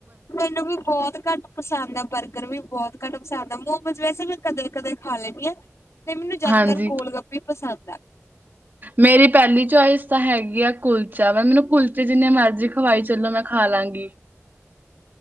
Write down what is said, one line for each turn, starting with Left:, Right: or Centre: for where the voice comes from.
Left: ਮੈਨੂੰ ਵੀ ਬਹੁਤ ਘੱਟ ਪਸੰਦ ਆ ਬਰਗਰ ਵੀ ਬਹੁਤ ਘੱਟ ਪਸੰਦ ਆ ਮ ਵੈਸੇ ਮੈਂ ਕਦੇ, -ਕਦੇ ਖਾ ਲੈਂਣੀ ਆਂ। ਤੇ ਮੈਨੂੰ ਜਿਆਦਾਤਰ
Right: ਹਾਂਜੀ
Left: ਗੋਲ ਗੱਪੇ ਪਸੰਦ। <unintelligible>
Right: ਮੇਰੀ ਪਹਿਲੀ ਚੁਆਇਸ। ਤਾਂ ਹੈਗੀ ਆ ਕੁਲਚਾ ਵ ਮੈਨੂੰ ਕੁਲਚ ਤੇ ਜਿੰਨੇ ਮਰਜ਼ੀ ਖਵਾਈ ਚਲੋ ਮੈਂ ਖਾ ਲਾਂਗੀ।